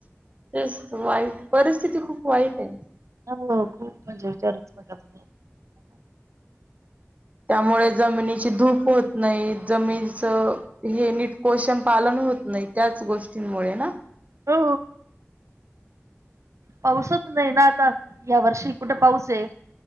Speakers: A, on the right; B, on the right.
A: तेच वाईट परिस्थिती खूप वाईट हायं.
B: हो खूप म्हणजे विचारूच नका तुम्ही.
A: त्यामुळे जमिनीची धूप होत नाही, जमिनीचं हे नीट पोषण पालन होत नाही त्याच गोष्टींमुळे ना?
B: हो पाऊसच नाही ना आता. या वर्षी कुठे पाऊस आहे.